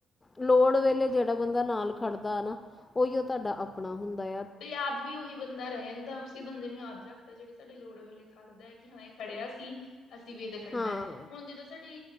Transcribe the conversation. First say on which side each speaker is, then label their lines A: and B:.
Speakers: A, on the left; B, on the left.
A: ਲੋੜ ਵੇਲੇ ਜਿਹੜਾ ਬੰਦਾ ਨਾਲ ਖੜਦਾ ਆ ਨਾ ਉਹੀ 'ਓ ਤੁਹਾਡਾ ਆਪਣਾ ਹੁੰਦਾ ਹੈ।
B: ਤੇ ਯਾਦ ਵੀ ਉਹੀ ਬੰਦਾ ਰਹਿ ਜਾਂਦਾ। ਉਸ ਬੰਦੇ ਨੂੰ ਯਾਦ ਰੱਖ ਜਿਹੜੇ ਸਾਡੇ ਲੋੜ ਵੇਲੇ ਖੜਦਾ ਹੈ ਕਿ ਹਾਂ ਏ ਖੜਿਆ ਸੀ, ਅਸੀਂ ਵੀ ਇਹ ਤੇ ਖੜਨਾ।
A: ਹਾਂ
B: ਹੁਣ ਜਿੱਦਾਂ ਸਾਡੀ